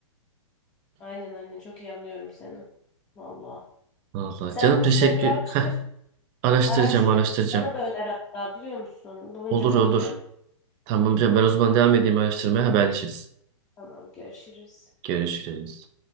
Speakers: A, on the left; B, on the right.
A: Aynen aynen çok iyi anlıyorum seni. Vallahi.
B: Vallahi
A: Sen
B: canım
A: kursları
B: teşekkür.
A: bir araştır.
B: Heh, araştıracağım
A: Araştır.
B: araştıracağım.
A: Bana da öner hatta biliyor musun? Bulunca
B: Olur
A: bana
B: olur.
A: da öner.
B: Tamam canım ben o zaman devam edeyim araştırmaya haberleşiriz.
A: Tamam görüşürüz.
B: Görüşürüz.